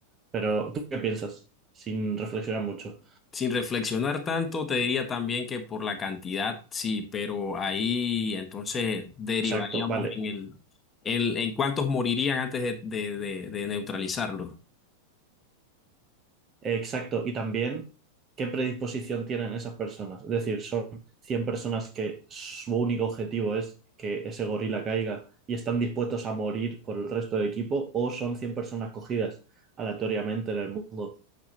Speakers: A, on the right; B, on the left.
A: Pero, ¿tú qué piensas? Sin reflexionar mucho.
B: Sin reflexionar tanto, te diría también que por la cantidad, sí, pero ahí entonces derivaríamos
A: Exacto, vale.
B: en el, el- en cuántos morirían antes de, de, de- de neutralizarlo.
A: Exacto. Y también, ¿qué predisposición tienen esas personas? Es decir, son 100 personas que su único objetivo es que ese gorila caiga y están dispuestos a morir por el resto del equipo, o son 100 personas cogidas aleatoriamente en el mundo